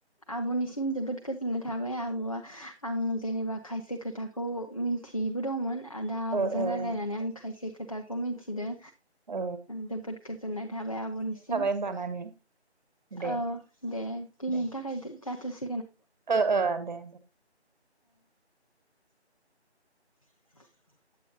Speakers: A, on the left; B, on the right.
A: आब'निसिम जोबोद गोजो न थाबाय आब'या आं जेनेबा खायसे खोथाखौ मिथियैबो दंमोन आदा आब'जों
B: ओ ओ
A: रायज्लायनानै आं खायसे खोथाखौ मिथिदो
B: अ
A: जोबोद गोजोननाय थाबाय आब'निसिम
B: होमबा नानि दे
A: औ दे दिनैनि
B: दे
A: थाखाय गो जाथसै
B: ओ ओ दे
A: <inaudible>